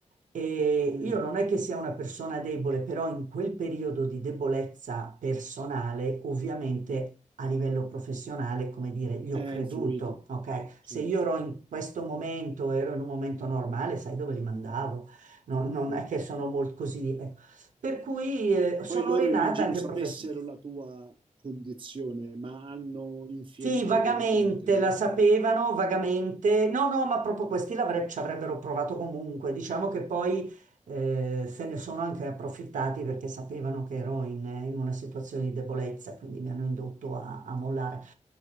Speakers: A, on the right; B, on the right.
A: E
B: Mm.
A: io non è che sia una persona debole, però in quel periodo di debolezza personale, ovviamente a livello professionale, come dire, gli ho
B: Eh,
A: creduto,
B: ha influito,
A: ok?
B: certo.
A: Se io ero in questo momento, ero in un momento normale, sai dove li mandavo? No- non
B: Mm.
A: è che sono molto così. eh. Per cui eh, sono
B: Poi loro
A: rinata
B: immagino
A: anche
B: sapessero
A: professionalmente.
B: la tua condizione, ma hanno infierito
A: Sì, vagamente
B: ugualmente, no?
A: la sapevano, vagamente. No, no, ma proprio questi l'avre- ci avrebbero provato comunque. Diciamo che poi eh, se ne sono anche approfittati perché sapevano che ero in, in una situazione di debolezza, quindi mi hanno indotto a, a mollare.